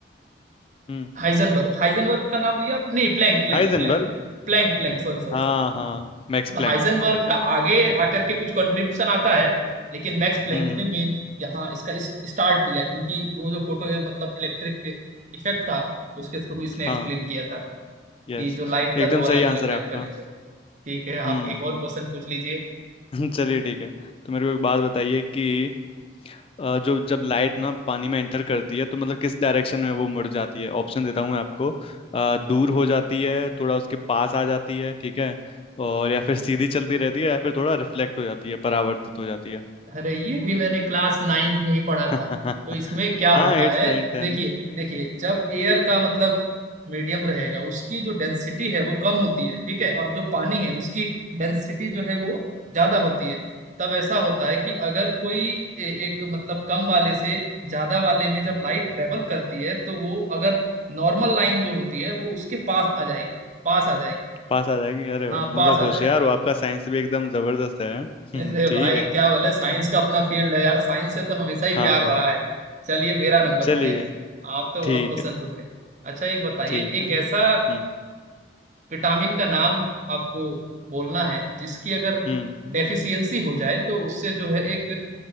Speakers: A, on the left; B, on the right.
A: हम्म।
B: हाइजनबर्ग हाइजनबर्ग का नाम लिया आप- नहीं प्लैंक प्लैंक
A: हाइजेनबर्ग
B: Planck Planck Planck sorry sorry
A: हाँ
B: sorry
A: हाँ
B: मतलब
A: मैक्स प्लैंक
B: हाइजेनबर्ग का आगे आकर के कुछ कंट्रीब्यूशन आता है लेकिन मैक्स प्लैंक
A: हम्म हम्म,
B: ने मेन यहाँ इसका इस, स्टार्ट दिया क्योंकि वो जो फोटो है मतलब इलेक्ट्रिक इफेक्ट था उसके थ्रू इसने
A: हाँ
B: एक्सप्लेन किया था
A: यस
B: कि जो लाइट
A: एकदम
B: का दो अलग
A: सही
B: अलग
A: आंसर
B: टाइप
A: है आपका
B: का नेचर होता है ठीक है
A: हम्म
B: आप एक और क्वेश्चन पूछ लीजिए
A: <laughs> चलिए ठीक है तो मेरे को एक बात बताइए कि अ, जो जब लाइट ना पानी में एंटर करती है तो मतलब किस डायरेक्शन में वो मुड़ जाती है ऑप्शन देता हूँ मैं आपको अ, दूर हो जाती है थोड़ा उसके पास आ जाती है ठीक है और या फिर सीधी चलती रहती है या फिर थोड़ा रिफ्लेक्ट हो जाती है परावर्तित हो जाती है
B: अरे ये भी मैंने क्लास नाइन्थ में ही पढ़ा
A: <laughs>
B: था तो इसमें क्या
A: हाँ
B: होता
A: एट्थ
B: है
A: नाइन टेन
B: देखिए देखिए जब एयर का मतलब मीडियम रहेगा उसकी जो डेंसिटी है वो कम होती है ठीक है और जो पानी है उसकी डेंसिटी जो है वो ज्यादा होती है तब ऐसा होता है कि अगर कोई ए, एक मतलब कम वाले से ज्यादा वाले में जब लाइट ट्रेवल करती है तो वो अगर नॉर्मल लाइन जो होती है वो उसके पास आ जाएगी पास आ जाएगी
A: पास आ जाएगी अरे वाह
B: हाँ
A: मतलब
B: पास आ
A: होशियार
B: जाएगी
A: हो आपका साइंस भी एकदम जबरदस्त है हाँ? हम्म,
B: अरे
A: ठीक
B: भाई
A: है
B: क्या बोले साइंस का अपना फील्ड है यार साइंस से तो हमेशा ही
A: हाँ
B: प्यार
A: हाँ
B: रहा है चलिए मेरा नंबर
A: चलिए
B: में आप तो बहुत
A: ठीक
B: क्वेश्चन
A: है
B: पूछ रहे अच्छा एक बताइए
A: ठीक
B: एक
A: है
B: ऐसा
A: हम्म
B: विटामिन का नाम आपको बोलना है जिसकी अगर
A: हम्म
B: डेफिशिएंसी हो जाए तो उससे जो है एक